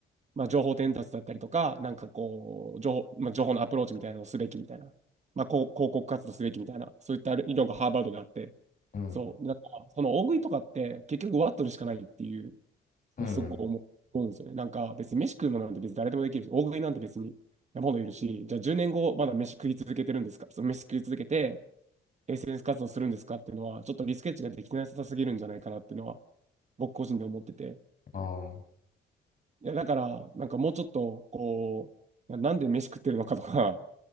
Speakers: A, on the right; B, on the left.
A: まあ、情報伝達だったりとか、なんかこう、情報、まあ、情報のアプローチみたいなのをすべきみたいな、まあ、こう広告活動すべきみたいな、そういった理論がハーバードであって、
B: うん。
A: そう、なんか、その大食いとかって結局ワットルしかないっていう、
B: うんうん。
A: すごく思思うんですよね。なんか別に飯食うのなんて別に誰でもできるし、大食いなんて別に山ほどいるし、じゃあ10年後まだ飯食い続けてるんですか、その飯食い続けて SNS 活動するんですかっていうのは、ちょっとリスケッチができてなさすぎるんじゃないかなっていうのは、僕個人で思ってて、
B: ああ。
A: いや、だから、なんかもうちょっと、こう、ななんで飯食ってるのかとか、